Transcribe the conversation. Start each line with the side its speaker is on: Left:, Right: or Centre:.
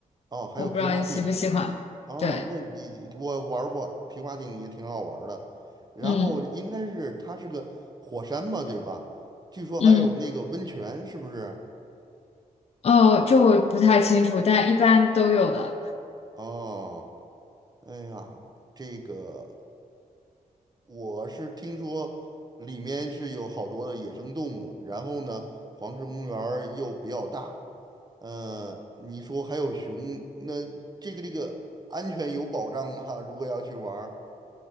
Right: 哦，还有皮划艇。
Left: 我不知道你喜不喜欢。
Right: 哦，
Left: 对，
Right: 那你我玩儿过皮划艇也挺好玩儿的。然后应该是它是个火山嘛，
Left: 嗯
Right: 对吧？据说还有那个温泉，
Left: 嗯，
Right: 是不是？
Left: 哦，这我不太清楚，但一般都有的。
Right: 哦，哎呀，这个。我是听说里面是有好多的野生动物，然后呢，黄石公园儿又比较大，呃，你说还有熊，那这个这个安全有保障吗？<laughs> 如果要去玩儿，